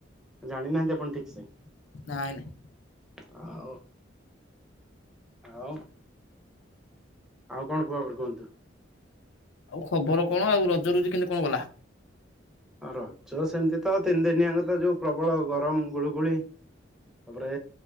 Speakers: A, in the centre; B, on the left.
A: ଜାଣିନାହାନ୍ତି ଆପଣ ଠିକ ସେ।
B: ନାଇଁ ନାଇଁ।
A: ଆଉ ଆଉ। ଆଉ କଣ କୁହ ବର କୁହନ୍ତୁ।
B: ଆଉ ଖବର କଣ? ଆଉ ରଜ ରୁଜି କେମତି କଣ ଗଲା?
A: ରଜ ସେମିତି ତ ତିନି ଦିନି ଆଙ୍କ ତ ଯୋଉ ପ୍ରବଳ ଗରମ ଗୁଳୁଗୁଳି। ତାପରେ